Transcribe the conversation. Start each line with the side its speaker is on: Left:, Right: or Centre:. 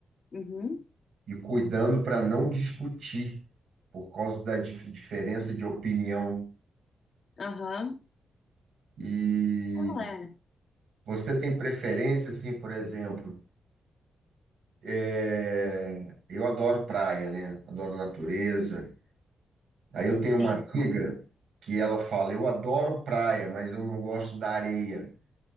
Left: Uhum.
Right: e cuidando para não discutir por causa da dif- diferença de opinião.
Left: Aham.
Right: E
Left: Ah, é.
Right: você tem preferência, assim, por exemplo, é, eu adoro praia, né? Adoro natureza. Aí eu tenho
Left: Sim,
Right: uma amiga que ela fala, eu adoro praia, mas eu não gosto da areia,